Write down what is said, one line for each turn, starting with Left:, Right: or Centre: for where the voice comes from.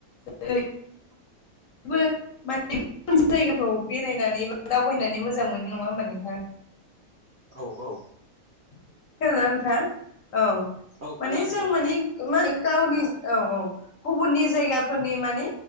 Left: <unintelligible> जो जायगाफ्राव बेरायनानै बा दावबायनानै मोजां मोनो नङा होमबा नोंथां?
Right: औ औ
Left: खोनादों ना नोंथांआ औ
Right: औ
Left: माने
Right: खोनादों
Left: जों
Right: नोंथां
Left: माने मा गावनि औ औ गुबुननि जायगा फोरनि माने